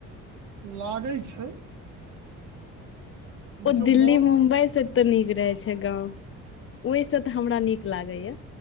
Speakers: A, on the right; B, on the left.
A: लागै छै।
B: ओ
A: देखियौ
B: दिल्ली
A: मोन
B: मुम्बई से ते निक रहे छै गाँंव, ओहि से ते हमरा नीक लागै ये।